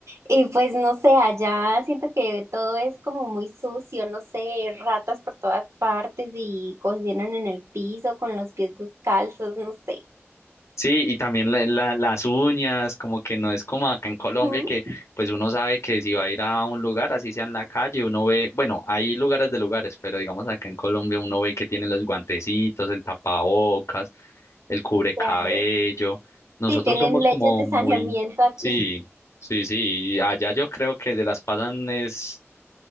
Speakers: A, on the right; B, on the left.
A: y pues no sé, allá siento que todo es como muy sucio, no sé, ratas por todas partes y cocinan en el piso con los pies descalzos, no sé.
B: Sí, y también la- la- las uñas, como que no es como acá en Colombia,
A: Ujú.
B: que pues uno sabe que si va a ir a un lugar, así sea en la calle, uno ve, bueno, hay lugares de lugares, pero digamos acá en Colombia uno ve que tienen los guantecitos, el tapabocas, el cubrecabello.
A: Claro.
B: Nosotros
A: Sí, tienen
B: somos
A: leyes
B: como
A: de
B: muy,
A: saneamiento aquí.
B: sí,
A: <laughs>
B: sí, sí, y allá yo creo que se las pasan es